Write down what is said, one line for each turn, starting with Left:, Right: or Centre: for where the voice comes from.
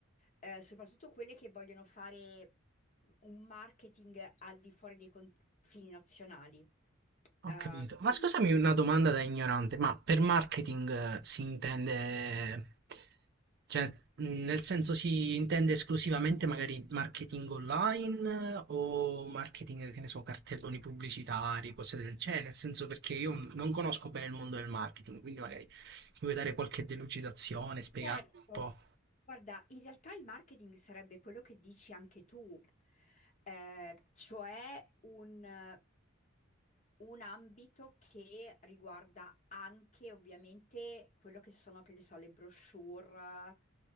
Left: eh, soprattutto quelle che vogliono fare un marketing al di fuori dei confini nazionali.
Right: Ho
Left: Eh,
Right: capito.
Left: quindi
Right: Ma scusami una domanda da ignorante, ma per marketing eh, si intende, cioè, mh, nel senso si intende esclusivamente magari marketing online eh, o marketing, che ne so, cartelloni pubblicitari, cose del genere, nel senso perché io non conosco bene il mondo del marketing, quindi magari mi vuoi dare qualche delucidazione, spiegarmi
Left: Certo,
Right: un po'.
Left: guarda, in realtà il marketing sarebbe quello che dici anche tu, eh, cioè un, un ambito che riguarda anche ovviamente quello che sono, che ne so, le brochure,